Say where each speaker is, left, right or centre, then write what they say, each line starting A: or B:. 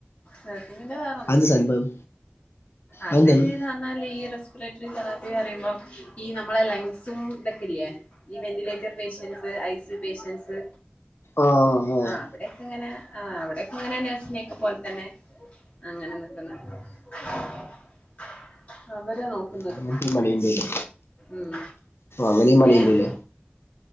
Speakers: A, on the left (about 40°); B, on the left (about 80°).
A: നഴസിങ്ങിന്റെ വേറൊന്ന്
B: അത് സംഭവം
A: അത്
B: അതെന്താണ്
A: താ എന്ന ഈ റെസ്പിറേറ്ററി കലാപ്പന്ന് പറയുമ്പോ ഈ നമ്മളെ ലെങ്സും ഇതൊക്കെല്ലേ ഈ വെന്റിലേറ്റർ പേഷ്യൻസ് ഐസു പേഷ്യൻസ്
B: ആഹ് ആഹ്
A: ആ അവിടെക്കെ ഇങ്ങനെ ആ അവിടെക്കെ ഇങ്ങനെ നഴ്സിനൊക്കെ പോലെ തന്നെ അങ്ങനെ നക്കുന്നു <inaudible> അവരാ നോക്കുന്നത്
B: അങ്ങനത്തെ മണിയണ്ടല്ലേ
A: ഉം
B: അങ്ങനെ മണിയണ്ടല്ലേ
A: ഏഹ്